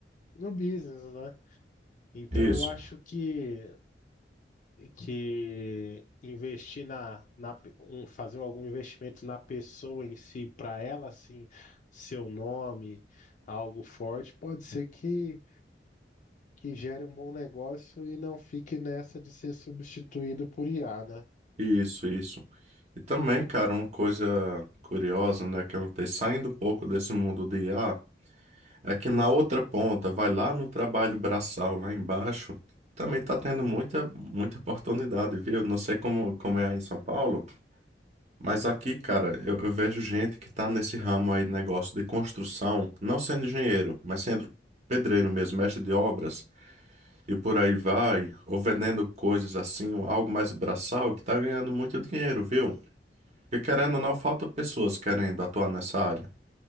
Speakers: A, on the left (about 45°); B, on the right (about 40°).
A: no business, né? Então
B: Isso,
A: eu acho que que investir na, na pe- um- fazer algum investimento na pessoa em si, para ela, assim, seu nome, algo forte, pode ser que, que gere um bom negócio e não fique nessa de ser substituído por IA, né?
B: isso, isso. E também, cara, uma coisa curiosa, né, que eu notei, saindo um pouco desse mundo de IA, Aqui na outra ponta, vai lá no trabalho braçal, lá embaixo, também tá tendo muita, muita oportunidade, viu? Não sei como, como é aí em São Paulo, mas aqui, cara, eu, eu vejo gente que tá nesse ramo aí, negócio de construção, não sendo engenheiro, mas sendo pedreiro mesmo, mestre de obras, e por aí vai, ou vendendo coisas assim, ou algo mais braçal, que tá ganhando muito dinheiro, viu? Porque querendo ou não, falta pessoas querendo atuar nessa área.